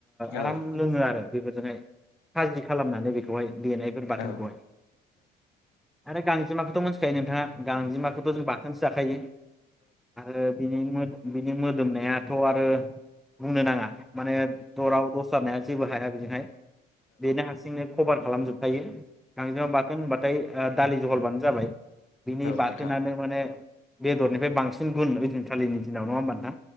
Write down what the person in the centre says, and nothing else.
आराम लोङो आरो बेफोरजोंहाय, खाजि खालामनानै बेखौ <unintelligible> देनायफोर बाथोनखौहाय,
आरो गांजेमाखौथ' मो नथिखायो नोंथाङा। गांजेमाखौथ' जों बाथोनसो जाखायो, आरो बिनि मो दोमनायाथ' आरो बुंनो नाङा। माने दराव दसरा नाया जेबो हाया बिजोंहाय बेनो हारसिंनो कभार खालामजोब थायो गांजेमा बाथोन होनबाथाय ओ दालि जहलबानो जाबाय बिनि बाथोनानो
माने बेदरनिफ्राय बांसिन गुन ओइदिन खालिनि दिनाव नंङा होनबा नोंथां